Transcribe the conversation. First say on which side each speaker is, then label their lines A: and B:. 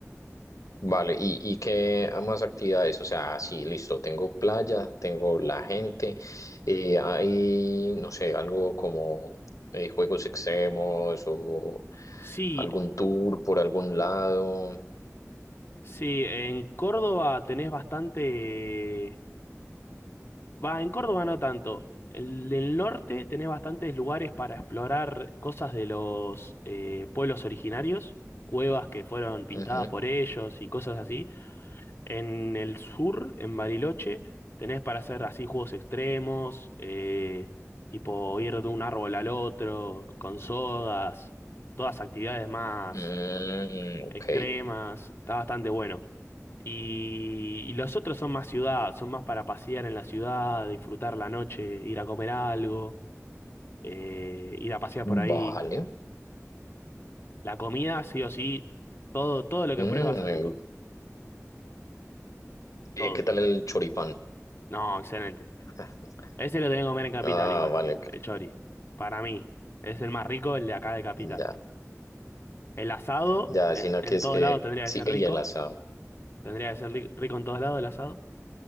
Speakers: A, on the left; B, on the left.
A: Vale, ¿y, y qué más actividades? O sea, sí, listo, tengo playa, tengo la gente, eh, hay, no sé, algo como eh, juegos extremos o
B: Sí,
A: algún tour por algún lado.
B: sí, en Córdoba tenés bastante Va, en Córdoba no tanto. El del norte tenés bastantes lugares para explorar cosas de los eh, pueblos originarios, cuevas que fueron pintadas
A: Ujú.
B: por ellos y cosas así. En el sur, en Bariloche, tenés para hacer así juegos extremos, eh, tipo ir de un árbol al otro, con sogas, todas actividades más
A: Mm,
B: extremas,
A: ok,
B: está bastante bueno. Y, y los otros son más ciudad, son más para pasear en la ciudad, disfrutar la noche, ir a comer algo, eh, ir a pasear por ahí.
A: vale.
B: La comida, sí o sí, todo, todo lo que
A: Mm,
B: pruebes va a ser
A: me-
B: rico.
A: gu- eh,
B: Todo.
A: ¿qué tal el choripán?
B: No, excelente.
A: <laughs>
B: Ese lo tenés que comer en Capital
A: Ah,
B: igual,
A: vale, ok,
B: el chori. Para mí, es el más rico, el de acá de Capital.
A: ya,
B: El asado,
A: ya,
B: en,
A: sino
B: en
A: que es
B: todos
A: que,
B: lados tendría
A: sí,
B: que ser
A: y
B: rico.
A: el asado,
B: Tendría que ser li- rico en todos lados el asado.